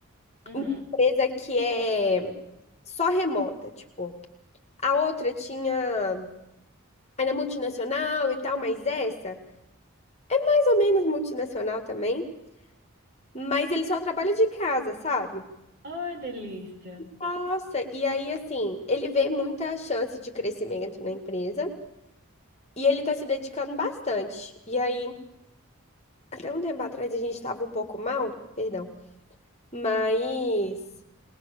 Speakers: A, on the right; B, on the left.
A: uhum.
B: uma empresa que é só remota, tipo. A outra tinha, era multinacional e tal, mas essa, mais ou menos multinacional também, mas ele só trabalha de casa, sabe?
A: Ai, delícia.
B: Nossa, e aí, assim, ele vê muita chance de crescimento na empresa e ele tá se dedicando bastante. E aí, até um tempo atrás a gente tava um pouco mal, perdão, mas.